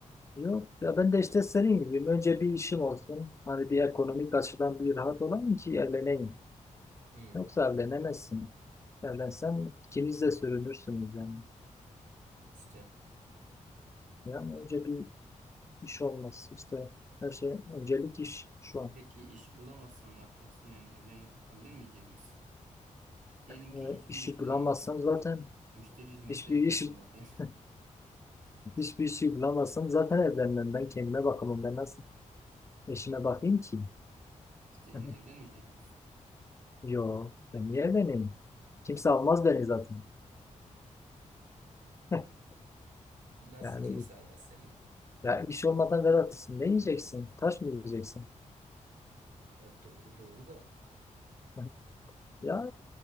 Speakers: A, on the left (about 20°); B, on the right (about 75°).
A: Yok ya ben de işte senin gibiyim. Önce bir işim olsun. Hani bir ekonomik açıdan bir rahat olayım ki evleneyim.
B: Hı,
A: Yok zevlenemezsin. Zevlensen ikiniz de sürünürsünüz yani.
B: işte.
A: Yani önce bir iş olması işte her şey öncelik iş şu
B: E
A: an.
B: peki iş bulamazsan ne yapacaksın? Yani evlen evlenmeyecek misin? Diyelim
A: E,
B: ki hiçbir
A: işi
B: iş bulamadın.
A: bulamazsan zaten
B: Müşteri hizmetleri
A: hiçbir iş
B: de olmadı.
A: <laughs> hiçbir işi bulamazsam zaten evlenmem. Ben kendime bakamam. Ben nasıl eşime bakayım ki?
B: <laughs> İşte yani
A: <laughs>
B: evlenmeyecek misin?
A: Yo ben niye evleneyim? Kimse almaz beni zaten. <laughs>
B: Nasıl
A: Yani
B: kimse almaz seni?
A: ya iş olmadan garantisin. Ne yiyeceksin? Taş mı yiyeceksin?
B: Ya doğru doğru da.
A: <laughs> Ya,